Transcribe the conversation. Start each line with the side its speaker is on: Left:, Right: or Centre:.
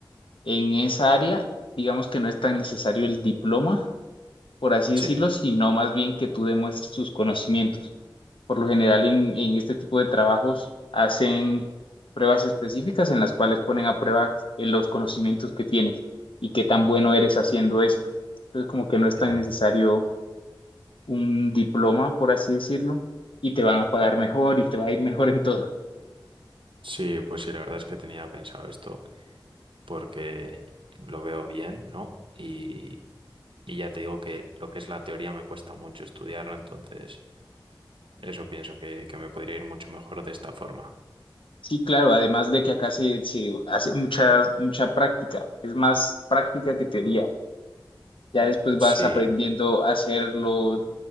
Left: en esa área, digamos que no es tan necesario el diploma, por así decirlo,
Right: sí.
Left: sino más bien que tú demuestres tus conocimientos. Por lo general en, en este tipo de trabajos hacen pruebas específicas en las cuales ponen a prueba eh, los conocimientos que tienes y qué tan bueno eres haciendo esto. Entonces como que no es tan
Right: Ujú.
Left: necesario un diploma, por así decirlo, y te van a pagar mejor y te va a ir mejor en todo.
Right: Sí, pues sí, la verdad es que tenía pensado esto porque lo veo bien, ¿no? Y, y ya te digo que lo que es la teoría me cuesta mucho estudiarla, entonces eso pienso que, que me podría ir mucho mejor de esta forma.
Left: Sí, claro, además de que acá se, se hace mucha, mucha práctica, es más práctica que teoría. Ya después vas
Right: Sí,
Left: aprendiendo a hacerlo